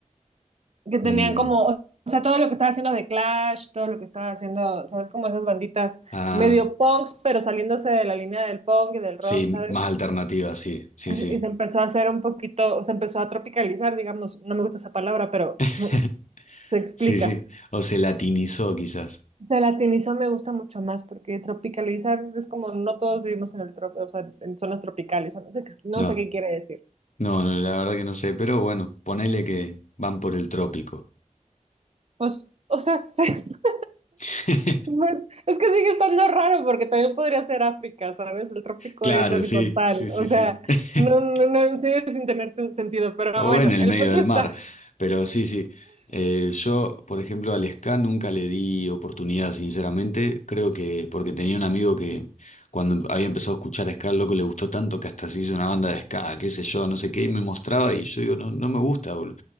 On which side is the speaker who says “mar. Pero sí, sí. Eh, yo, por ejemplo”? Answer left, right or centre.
Left